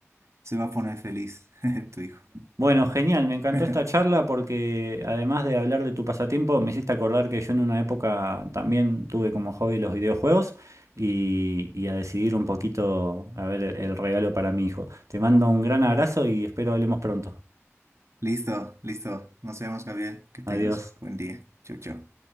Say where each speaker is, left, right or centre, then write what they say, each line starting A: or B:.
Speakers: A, on the right; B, on the right.
A: se va a poner feliz <laughs> tu hijo.
B: Bueno, genial, me encantó
A: <laughs>
B: esta charla porque además de hablar de tu pasatiempo, me hiciste acordar que yo en una época también tuve como hobby los videojuegos y, y a decidir un poquito a ver el regalo para mi hijo. Te mando un gran abrazo y espero hablemos pronto.
A: Listo, listo. Nos vemos, Gabriel. Que tengas
B: Adiós.
A: buen día. Chau, chau.